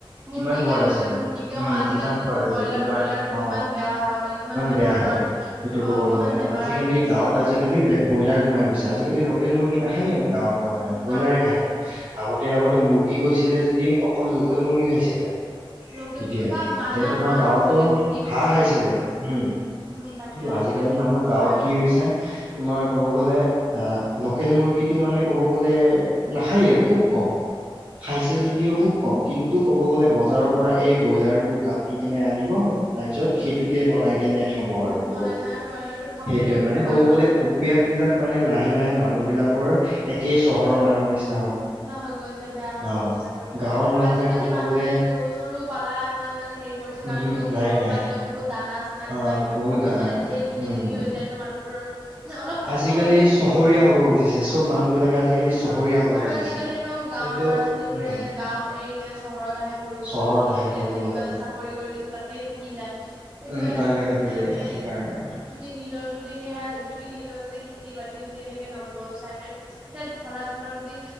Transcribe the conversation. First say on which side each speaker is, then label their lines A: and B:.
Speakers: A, on the right; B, on the right.
A: মুৰ্গীকে
B: কিমান খোৱাদ
A: লোকেল
B: আছিলে
A: মুৰ্গীকে
B: উম
A: অ' আজিকালি
B: কিমান
A: যোনটো
B: খোৱাদ আছিলে
A: ব্ৰইলাৰ
B: কিমান
A: ব্ৰইলাৰটো কিমান
B: অ
A: বেয়া হয় মানে কিমান বেমাৰৰ
B: বেয়া হয় সেইটো
A: অ
B: ক'ব
A: কিমান
B: গ'লে,
A: বেমাৰ
B: আজিকালি
A: আনি আছে
B: গাঁৱত
A: এতিয়া
B: আজিকালি ব্ৰইলাৰ সোমাই গৈছে। আজিকালি, লোকেল মুৰ্গী
A: উম
B: নাখায়েই। গাঁৱত মানুহে ব্ৰইলাৰে
A: নাখায়
B: খায়
A: অ
B: আগতে আগতে মুৰ্গী গৈছিলে যদি অকল লোকেল মুৰ্গী খাইছিলে
A: লোকেল
B: এতিয়া
A: মুৰ্গী বা মানুহে
B: এতিয়া তোমাৰ
A: হাঁহ
B: গাঁৱতো
A: খাইছিলে মুৰ্গী
B: হাঁহ খাইছিলে
A: সেইবোৰ
B: উম
A: উম তাকে
B: কিন্তু আজিকালি
A: এইবোৰ
B: মানুহ
A: নহয়
B: গাঁৱত
A: আৰু
B: কি হৈছে তোমাৰ ক'ব গলে অ লোকেল মুৰ্গীটো মানে ক'ব গ'লে নাখায়ে খুব কম খাইছে যদিও খুব কম কিন্তু ক'ব গ'লে বজাৰৰ পৰা এই ব্ৰইলাৰটো কা <unintelligible> দি কেনে আনিব, তাৰ পিছত
A: উম
B: সেইটোকে বনাই কেনে <unintelligible> আৰু ক'ব
A: বনাই
B: গ'লে।
A: কেনে আৰু ব্ৰইলাৰটো খাবলৈও
B: সেইটোৱে মানে
A: সোৱাদত
B: ক'ব গ'লে, অভ্যাস বিলাক মানে, লাহে
A: উম
B: লাহে মানুহ বিলাকৰ একেই চহৰৰ মানুহৰ নিচিনা
A: ন হৈ গৈছে, বেয়া হৈ
B: অ
A: গৈছে আৰু এতিয়া।
B: গাঁৱৰ
A: আৰু
B: মানুহে
A: আজিকালি,
B: ক'ব
A: মানুহে
B: গ'লে
A: গৰু চৰু পালা ইমান মানে হেৰি কৰিছে কাৰণ
B: উহু
A: কিয়
B: নাই
A: গৰু
B: নাই
A: পালিলেও বহুত দানা চানা কিবা
B: অ
A: কিবি বহুত
B: দানা
A: মানে ধেৰ সিবি
B: উম
A: জিবি হৈ যায় ন মানুহবোৰৰ ন অলপ কষ্ট
B: আজিকালি
A: হয় দিয়াচোন
B: চহৰীয়া
A: নহোৱা নহয়
B: হ'ব খুজিছে চব মানুহ বিলাকে আজিকালি
A: অ'!
B: চহৰীয়া হ'ব
A: আৰু
B: খুজিছে
A: আজিকালি ন', গাঁৱৰ
B: কিন্তু
A: ল'ৰা ছোৱালী বোৰে
B: উম
A: গাওঁ এৰি কেনে চহৰত আহে পঢ়িবলৈ।
B: চহৰত
A: পঢ়ি
B: আহে
A: কেনে
B: পঢ়িবলৈ
A: ইয়াতে কিবা এটা চাকৰি কৰি কেনে তাতে থাকি যায়। সেইটোৱে,
B: উম তালৈকে থাকি
A: এতিয়া
B: যায়
A: মানে
B: সেইকাৰণে
A: যদি নিজৰ যদি সেয়াই যদি নিজৰ যদি খেতি বাতি যদি এনেকে নব চাই মানে তেত ধৰা তোমাৰ যদি